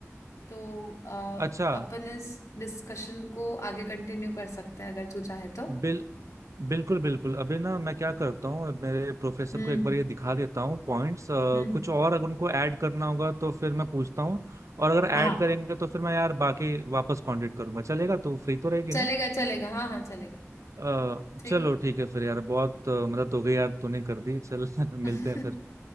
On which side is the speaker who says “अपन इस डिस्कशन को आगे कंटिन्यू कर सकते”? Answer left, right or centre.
Left